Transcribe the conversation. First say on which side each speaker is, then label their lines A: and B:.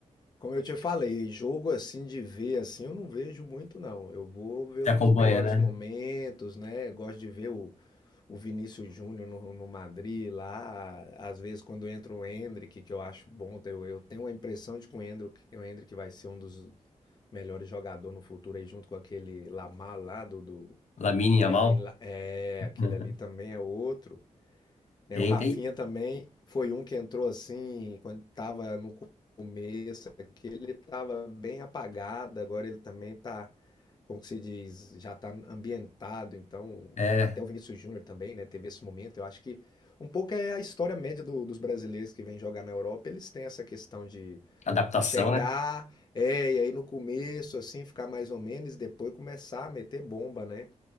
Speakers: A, on the left (about 35°); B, on the left (about 65°).
A: Como eu te falei, jogo assim de ver assim, eu não vejo muito não. Eu vou ver
B: Você
A: os
B: acompanha,
A: melhores
B: né?
A: momentos, né? Gosto de ver o, o Vinícius Júnior no, no Madrid lá. Às vezes quando entra o Endrick, que eu acho bom, eu, eu tenho a impressão de que o Endrick, o Endrick vai ser um dos melhores jogadores no futuro aí, junto com aquele Lamar lá do, do
B: Lamine Yamal.
A: Yamin, La- é, aquele
B: né?
A: ali também é outro né?
B: Tem,
A: O Rafinha
B: tem.
A: também foi um que entrou assim, quando estava no co- começo é que ele estava bem apagado, agora ele também está, como que se diz, já está ambientado, então
B: É,
A: até o Vinícius Júnior também, né, teve esse momento. Eu acho que um pouco é a história média do- dos brasileiros que vêm jogar na Europa, eles têm essa questão de
B: adaptação,
A: chegar,
B: né?
A: é, e aí no começo assim ficar mais ou menos, e depois começar a meter bomba, né?